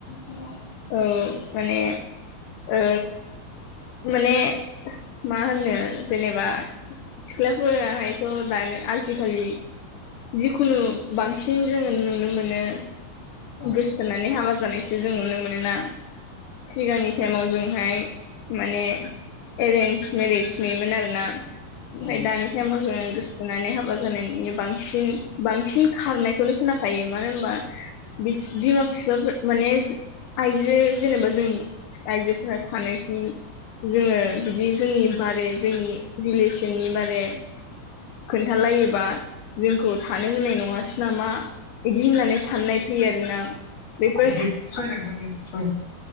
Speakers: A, on the left; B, on the left.
A: औ
B: औ माने ओ माने मा होनो जेनेबा सिख्लाफोराहायथ' दानि आजिखालि जिखुनु बांसिन जोङो नुनो मोनो
A: ओम
B: गोसथोनानै हाबा जानायसो जों नुनो मोनोना सिगांनि टाइमाव जोंहाय माने एरेन्ज मेरिज बेमोन आर ना ओमफ्राय
A: ओम
B: दानि हम जेनो गोसथोनानै हाबा जानायनि बांसिन बांसिन खारनायखौनो खोनाखायो मानो होनबा बिस बिमा बिफाफोर माने आइजो जेनेबा जों आइजो फ्रा सानोखि जोंङो बिदि जोंनि बारे जोंनि रिलेसननि बारे खोन्थालायोबा जोंखौ थानो होनाय नङासै नामा बिदि होननानै साननाय फैयो आरोना बेफोर
A: निस्सय नोंथां निस्सय